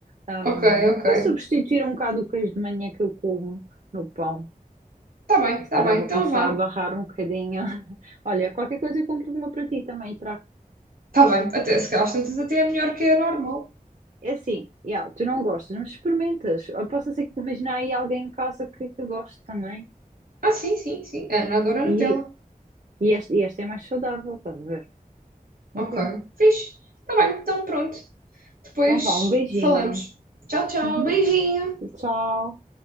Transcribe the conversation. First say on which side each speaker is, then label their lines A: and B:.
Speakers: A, on the right; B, on the right.
A: ahm,
B: Ok, ok.
A: para substituir um bocado o queijo de manhã que eu como no pão.
B: Tá bem,
A: Se
B: tá
A: calhar
B: bem,
A: vou
B: então
A: começar
B: vá.
A: a barrar um bocadinho. <laughs> Olha, qualquer coisa eu compro uma para ti também e trago.
B: Tá bem, até, se calhar às tantas até é melhor que a normal.
A: É assim, yeah, tu não gostas, mas experimentas. Ou posso ser que imaginar aí alguém em casa que, que goste também.
B: Ah, sim, sim, sim. A Ana adora
A: E,
B: Nutella.
A: e, esta, e esta é mais saudável, estás a ver? Então,
B: Ok,
A: pronto.
B: fixe. Tá bem, então pronto. Depois
A: Então vá, um beijinho.
B: falamos. Tchau, tchau,
A: Uhum.
B: beijinho.
A: Tchau.